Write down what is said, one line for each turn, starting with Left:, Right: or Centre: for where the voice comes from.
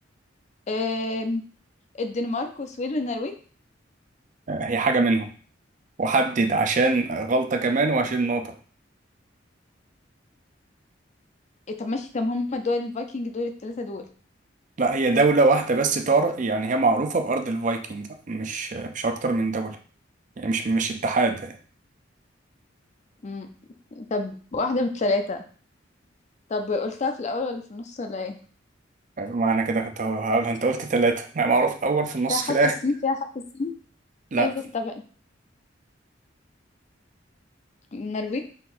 Left: أم... الدنمارك والسويد والنرويج
Right: آه، هي حاجة منهم وحدد عشان غلطة كمان وعشان نقطة
Left: إيه، طب ماشي طب هم الدول الفايكنج دول الثلاثة دول
Right: لا هي دولة واحدة بس تار يعني هي معروفة بأرض الفايكنج مش مش أكتر من دولة يعني مش مش اتحاد
Left: مم. طب واحدة من التلاتة طب قلتها في الأول ولا في النص ولا ايه
Right: معنى كده كنت هقولها أنت قلت ثلاثة يعني معروف أول في النص
Left: فيها حرف
Right: في الآخر
Left: السين فيها حرف السين
Right: لا
Left: عايزة استبعد النرويج